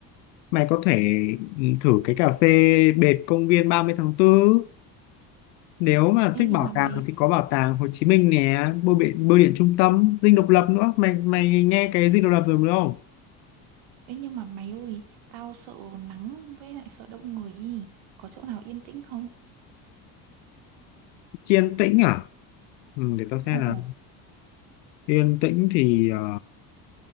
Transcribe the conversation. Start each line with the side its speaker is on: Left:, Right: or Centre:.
Left: mày có thể ừ, thử cái cà phê bệt công viên ba mươi tháng tư nếu mà
Right: Ê,
Left: thích
Right: nhưng
Left: bảo
Right: mà mày
Left: tàng thì có bảo tàng Hồ Chí Minh nè bưu điện bưu điện trung tâm Dinh Độc Lập nữa mày mày nghe cái Dinh Độc Lập rồi đúng không
Right: Ê nhưng mà mày ơi, tao sợ nắng với lại sợ đông người ý. Có chỗ nào yên tĩnh không?
Left: Yên tĩnh à? Ừ, để tao xem
Right: Ồ,
Left: nào. Yên tĩnh thì ờ,